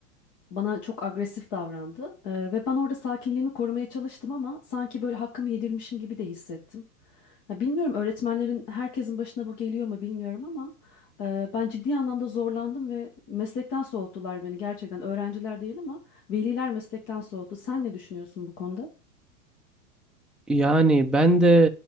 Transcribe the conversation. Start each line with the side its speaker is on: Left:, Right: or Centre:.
Left: bana çok agresif davrandı Ee, ve ben orada sakinliğimi korumaya çalıştım ama sanki böyle hakkımı yedirmişim gibi de hissettim. Ya bilmiyorum öğretmenlerin herkesin başına bu geliyor mu bilmiyorum ama e, ben ciddi anlamda zorlandım ve meslekten soğuttular beni gerçekten öğrenciler değil ama veliler meslekten soğuttu. Sen ne düşünüyorsun bu konuda?
Centre: Yani ben de